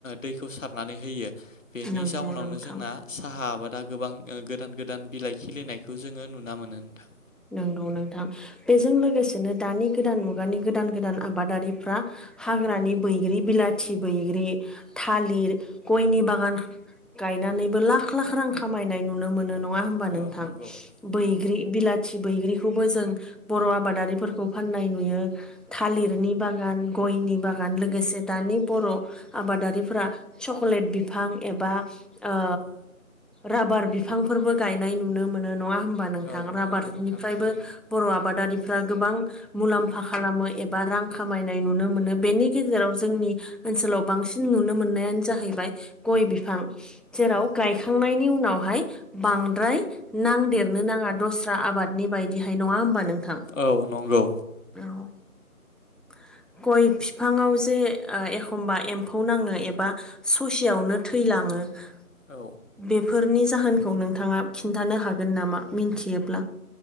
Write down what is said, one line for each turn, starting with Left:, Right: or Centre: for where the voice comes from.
Left: दैखौ सारनानै होयो बेनि
Centre: नंगौ
Left: जाउनावनो
Centre: नोंथां
Left: जोंना साहा आबाद दा गोबां ओ गोदान गोदान बिलाइ खिलिनायखौ जोङो नुना मोनो नोथां
Centre: नंगौ नोंथां बेजों लोगोसेनो दानि गोदान मुगानि गोदान गोदान आबादारिफ्रा हाग्रानि बैग्रि बिलाथि बैग्रि थालिर गयनि बागान गायनानैबो लाख लाख रां खामायनाय नुनो मोनो नङा होनबा
Left: औ
Centre: नोंथां
Left: नंगौ
Centre: बैग्रि
Left: नंगौ
Centre: बिला बैग्रिखौबो जों बर' आबादारिफोरखौ फाननाय नुयो थालिरनि
Left: औ
Centre: बागान गयनि बागान लोगोसे दानि बर' आबादारिफोरा चकलेट बिफां एबा ओ
Left: औ
Centre: राबार बिफांफोरबो गायनाय नुनो मोनो नङा होन होमबा नोंथां
Left: औ
Centre: रााबारनिफ्रायबो
Left: नंगौ नोंथां थारैनो
Centre: बर' आबादारि फ्रा गोबां मुलाम्फा खालामो एबा रां खामायनाय नुनो मोनो बेनि गेजेराव जोंनि ओनसोलाव बांसिन नुनो मोननायानो जाहैबाय गय बिफां जेराव
Left: औ
Centre: गायखांनायनि उनावहाय बांद्राय नांदेरनो नाङा दस्रा नि बायदिहाय नङा होमबा नोंथां
Left: औ नंगौ
Centre: औ <unintelligible> <inaudible> गय बिफाङाव जे ओ एखमबा एम्फौ नाङो एबा ससेयावनो थैलाङो आङो
Left: औ
Centre: बेफोरनि जाहोनखौ नोंथाङा खिन्थानो हागोन नामा मिथियोब्ला